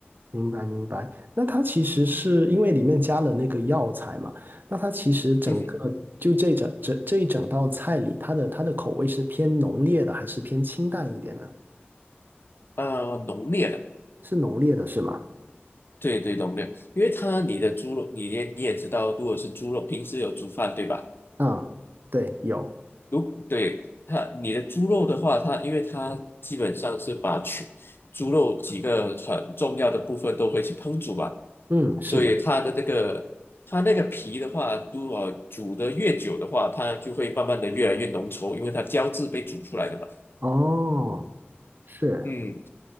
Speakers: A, on the right (about 50°); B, on the left (about 60°).
A: 明白明白。那它其实是因为里面加了那个药材嘛，那它其实整个就这整这这一整道菜里，
B: 嗯哼
A: 它的它的口味是偏浓烈的，还是偏清淡一点呢？
B: 啊、浓烈的，
A: 是浓烈的，是吗？
B: 对对，浓烈，因为它你的猪肉，你也你也知道，如果是猪肉，平时有煮饭对吧？
A: 啊，对，有，
B: 如果对它，你的猪肉的话，它因为它基本上是把全猪肉几个很重要的部分都会去烹煮嘛，
A: 嗯，是的，
B: 所以它的那个它那个皮的话，如果煮得越久的话，它就会慢慢的越来越浓稠，因为它胶质被煮出来的嘛。
A: 哦，是，
B: 嗯，